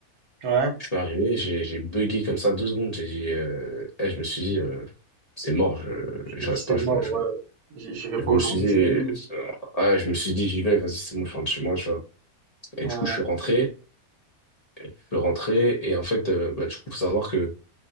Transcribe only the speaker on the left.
Je suis arrivé, j'ai j'ai bugué comme ça deux secondes. J'ai dit, euh, eh, je me suis dit, euh, c'est mort, je,
je
reste
pas.
Je me, je
me-
je
me
suis dit,
euh,
ouais, je me suis dit, j'y vais, vas-y, c'est bon, je rentre chez moi, tu vois. Et
du coup, je suis rentré, je suis rentré, et en fait, euh, bah, du coup, faut savoir que